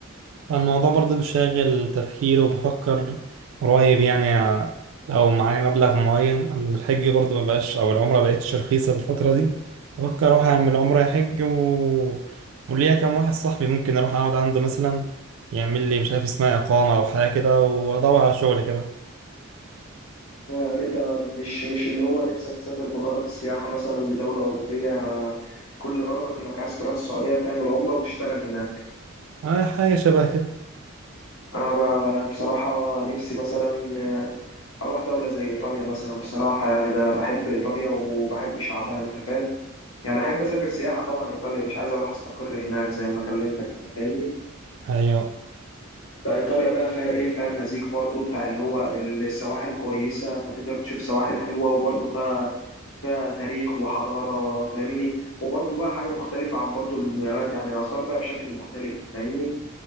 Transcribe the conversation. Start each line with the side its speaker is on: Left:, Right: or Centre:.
Right: الموضوع برضه بيشغل تفكيري وبفكر قريب يعني ع- لو معايا مبلغ معين الحج برضه مبقاش أو العمرة مبقتش رخيصة الفترة دي بفكر أروح أعمل عمرة حج و... وليا كام واحد صاحبي ممكن أروح أقعد عنده مثلا يعمل لي مش عارف اسمها إقامة أو حاجة كده وأدور على شغل كمان
Left: آه، يعني انت مش مش اللي هو نفسك تسافر بغرض السياحه مثلا لدوله اوروبيه آه، كل غرضك انك عايز تروح السعوديه تعمل عمره وتشتغل هناك
Right: آه حاجة شبه كده
Left: انا ب- بصراحه نفسي مثلا آه، اروح دوله زي ايطاليا مثلا بصراحه يعني ب- بحب ايطاليا وبحب شعبها انت فاهم يعني احب اسافر سياحه طبعا ايطاليا مش عايز اروح استقر هناك زي ما كلمتك انت فاهمني
Right: أيوه
Left: فايطاليا بقى فيها ايه فيها المزيج برضو بتاع اللي هو السواحل كويسه فتقدر تشوف سواحل حلوه وبرضو فيها فيها تاريخ وحضاره فاهمني وبرضو بقى حاجه مختلفه عن برضو المومياوات يعني اثار بقى بشكل مختلف فاهمني